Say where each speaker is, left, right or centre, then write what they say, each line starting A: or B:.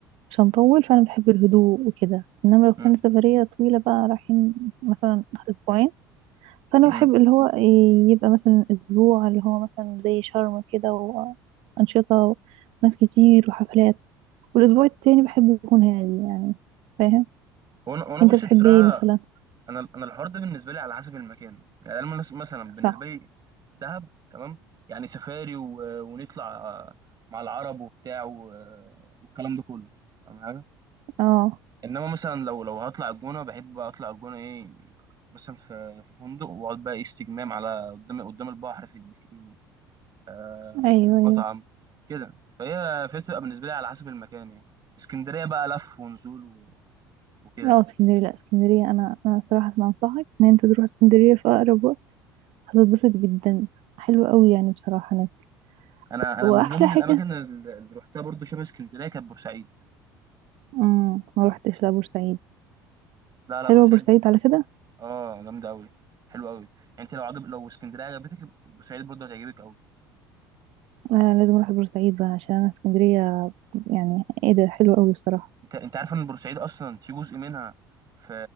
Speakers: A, on the right (about 50°); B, on the right (about 30°).
A: مش هنطول فأنا بحب الهدوء وكده إنما لو
B: مم.
A: كانت سفرية طويلة بقى رايحين مثلا أسبوعين فانا
B: مم.
A: بحب اللي هو إيه، يبقى مثلا اسبوع اللي هو مثلا زي شرم كده وانشطه وناس كتير وحفلات والاسبوع التاني بحب يكون هادي يعني فاهم
B: وانا وانا بص
A: انت بتحب
B: بصراحه
A: ايه مثلا
B: انا انا الحوار ده بالنسبه لي على حسب المكان يعني انا مس- مثلا بالنسبه
A: صح
B: لي دهب تمام يعني سفاري و... ونطلع مع العرب وبتاع و... والكلام ده كله فاهم حاجه
A: اه
B: انما مثلا لو لو هطلع الجونه بحب بقى اطلع الجونه ايه مثلا في في فندق واقعد بقى إيه استجمام على قدام قدام البحر في البسين آه
A: ايوه
B: في المطعم
A: ايوه
B: كده فهي فهي بتبقى بالنسبه لي على حسب المكان يعني اسكندريه بقى لف ونزول و... وكده
A: اه اسكندريه لا اسكندريه انا انا صراحه ما انصحك ان انت تروح اسكندريه في اقرب وقت هتتبسط جدا حلوه قوي يعني بصراحه هناك
B: انا انا
A: واحلى
B: من ضمن
A: حاجه
B: الاماكن اللي روحتها برضو شبه اسكندريه كانت بورسعيد
A: امم ما روحتش لبورسعيد
B: لا لا
A: حلوه
B: بورسعيد
A: بورسعيد على كده
B: اه جامده قوي حلو قوي يعني انت لو عجب لو اسكندريه عجبتك بورسعيد برضو هتعجبك قوي
A: انا لازم اروح بورسعيد بقى عشان انا اسكندريه يعني ايه ده حلو قوي بصراحه
B: انت انت عارف ان بورسعيد اصلا في جزء منها في